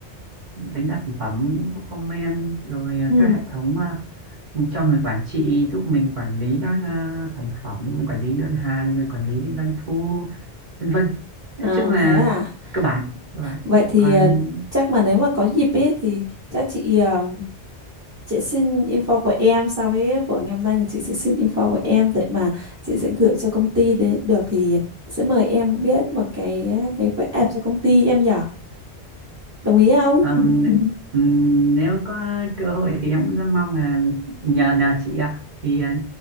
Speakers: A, on the right (about 45°); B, on the right (about 15°).
A: đánh giá sản phẩm cũng có comment rồi à,
B: Ừ.
A: các hệ thống à, cho người quản trị giúp mình quản lý các à, sản phẩm quản lý đơn hàng rồi quản lý doanh thu vân vân nói
B: À
A: chung là
B: thế à.
A: cơ bản cơ bản
B: Vậy thì
A: còn
B: ờ, chắc mà nếu mà có dịp ấy thì chắc chị ờ, chị xin info của em sau cái buổi ngày hôm nay thì chị sẽ xin info của em để mà chị sẽ gửi cho công ty để được thì sẽ mời em viết một cái ờ, cái web app cho công ty em nhỉ. Đồng ý không?
A: ừm,
B: <laughs>
A: ừm, nếu có cơ hội thì em cũng rất mong là nhờ nhờ chị ạ thì à,